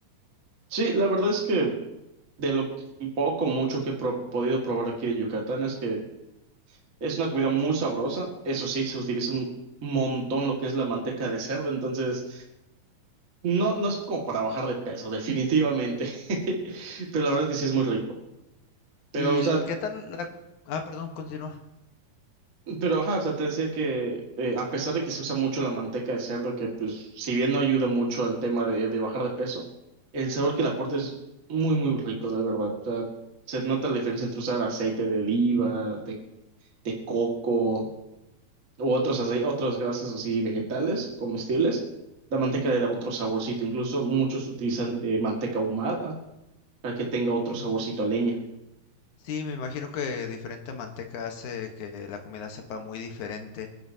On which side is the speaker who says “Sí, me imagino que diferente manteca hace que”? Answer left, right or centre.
Left